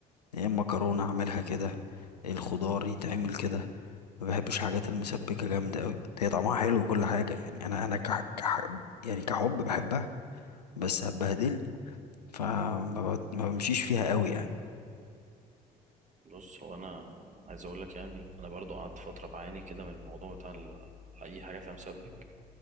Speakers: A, on the left (about 80°); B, on the right (about 35°).
A: يا اما مكرونه اعملها كده إيه الخضار يتعمل كده ما بحبش حاجات المسبكه جامده قوي هي طعمها حلو وكل حاجه يعني انا انا كح... كح... يعني كحب بحبها بس هتبهدلني فما بت... ما بمشيش فيها قوي يعني
B: بص هو انا عايز اقول لك يعني انا برضو قعدت فتره بعاني كده من الموضوع بتاع ال- اي حاجه فيها مسبك